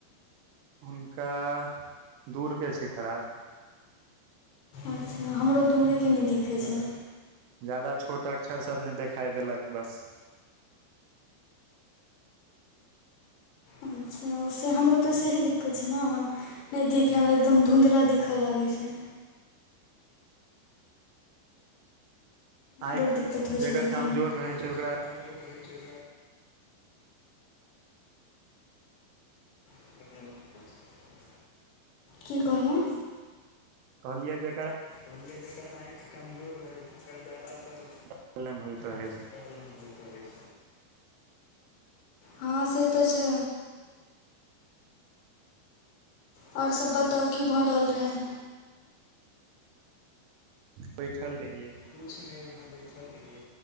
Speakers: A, on the right; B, on the left.
A: हुनका दूरके छै खराब
B: अच्छा हमरो दूरेके नहि दिखै छै
A: जादा छोट अक्षर सब नहि देखाइ देलक बस
B: अच्छा उे हमरो तऽे ही द कछ ने व नहि देखै हमरा एकदम धुँधला दिखऽ लागै छै
A: आँखि
B: बड़ दिक्कत होइ
A: जकर
B: छै देखयमे
A: कमजोर रहै छै ओकरा
B: जकर कजो छै ह की कहलहुँ
A: कहलियै जे
B: कहढ़लियै जकर आँखि कमजोर रहै ओकर जाादातर
A: प्रॉब्लम होइत रहै
B: कारणे
A: छै
B: होत हो छै हँ से तऽ छै आओर सभ बताउ की भऽ रहल रहै
A: बैठल रहियै
B: पूछ नहि रहना बैठल रहियै